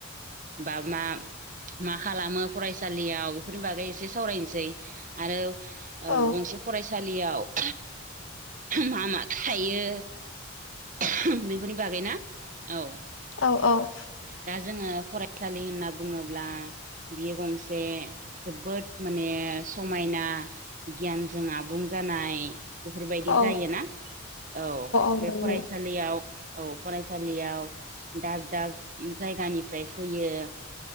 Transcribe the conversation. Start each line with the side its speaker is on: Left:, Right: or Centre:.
Right: बा मा मा खालामो फरायसालियाव बेफोरनि बागै एसे सावरायनोसै आरो
Left: औ
Right: गंसे फरायसालियाव मा मा थायो बेफोरनि बागैना? औ।
Left: औ औ।
Right: दा जोङो फरायसालि होनना बुङोब्ला बियो गंसे जोबोद माने समायना गियानजों आबुं जानाय बेफोरबायदि
Left: औ
Right: जायोना औ
Left: औ
Right: बे
Left: नंगौ
Right: फरायसा फरायसालियाव औ फरायसालियाव दाब दाब जायगानिफ्राय फैयो